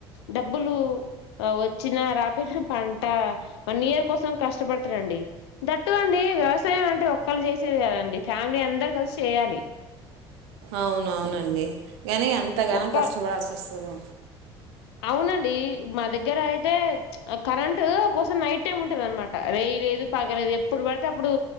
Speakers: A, on the left; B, on the right.
A: డబ్బులు వచ్చినా రాపోయినా, పంట వన్ ఇయర్ కోసం కష్టపడతాడండి. దట్టు అండి. వ్యవసాయం అంటే ఒక్కళ్ళు చేసేది కాదు కదండి, ఫ్యామిలీ అందరూ కలిసి చేయాలి.
B: అవునవునండి, గానీ అంతగనం
A: ఒక్క
B: కష్టపడాల్సి వస్తుంది.
A: అవునండి, మా దగ్గర అయితే కరెంట్ కోసం నైట్ టైమ్ ఉంటంది అనమాట రె. లేదు, పగలు లేదు. ఎప్పుడు పడితే అప్పుడు